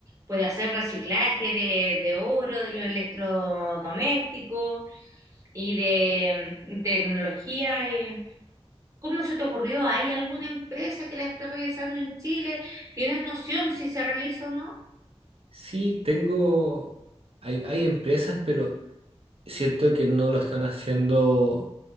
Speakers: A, on the right; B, on the right.
A: por hacer reciclaje de, de oro, de los electrodomésticos. Y de mm, tecnología, eh, ¿cómo se te ocurrió? ¿Hay alguna empresa que la esté realizando en Chile? ¿Tienes noción si se realiza o no?
B: Sí, tengo, hay, hay empresas, pero siento que no lo están haciendo